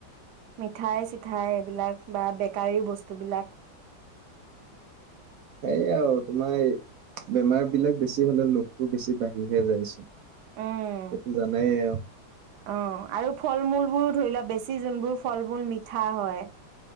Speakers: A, on the right; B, on the right.
A: মিঠাই চিথাই এইবিলাক, বা বেকাৰী বস্তু বিলাক
B: এইয়া আৰু তোমাৰ বেমাৰ বিলাক বেছি হ'লে লোভটো বেছি বাঢ়িহে যায়
A: উম
B: সেইটো জানাই আও।
A: অ', আৰু ফল-মূল বোৰ ও ধৰি ল বেছি জোনবোৰ ফল-মূল মিঠা হয়।